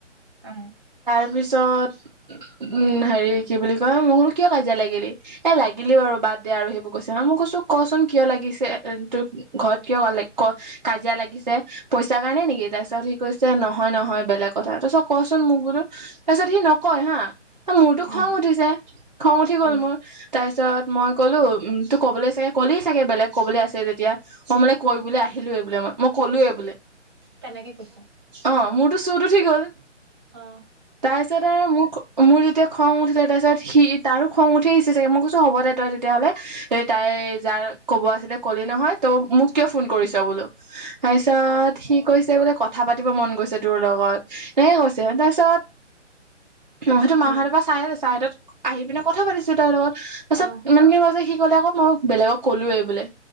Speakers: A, on the right; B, on the right.
A: অ'।
B: তাৰ পিছত উম, হেৰি কি বুলি কয় ম'কলো কিয় কাজিয়া লাগিলি? এ লাগিলি বাৰু বাদ দে আৰু সেইবোৰ কৈছে ন মই কৈছো ক'চোন কিয় লাগিছে, তোৰ ঘৰত কিয় ক কাজিয়া লাগিছে পইচাৰ কাৰণে নেকি? তাৰ পিছত সি কৈছে নহয়-নহয় বেলেগ কথা তাৰ পিছত কচোন মোক বোলো তাৰ পিছত সি নকয় হা। মোৰতো
A: অ
B: খং উঠিছে, খং উঠি গ'ল
A: অ
B: মোৰ। তাৰপিছত মই ক'লো উম, তো ক'বলৈ চাগে ক'লেই চাগে বেলেগ ক'বলৈ আছে যেতিয়া মই মানে কৈ ব বুলি আহিলো এই বোলে মই। মই কলো এই বোলে।
A: তেনেকে কৈছে
B: অ', মোৰতো চুত ঠিক গ'ল
A: অ
B: তাৰপিছত আৰু মোক, মোৰ য তেতিয়া খং উঠিলে ত-তাৰপিছত সি তাৰো খং উঠি আহছে চাগে মই কৈছো হ'ব দে তই তেতিয়াহ'লে এ তাই যাৰ ক'ব আছিলে ক'লে নহয় তই মোক কিয় ফোন কৰিছ বোলো? তাৰ পিছত
A: অ
B: সি
A: অ
B: কৈছে বোলে কথা পা পাতিব মন গৈছে তোৰ লগত। এনেকে কৈছে তাৰপিছত মই সতো মাহত
A: অ
B: পৰা চাই চাইদ'ত আহি পিনে কথা পাতিছো তাইৰ লগত। তাৰপিছত
A: আহ
B: ইমানকে ক'ওঁ যে সি ক'লে আকৌ মই বেলেগক ক'লোৱে বোলে।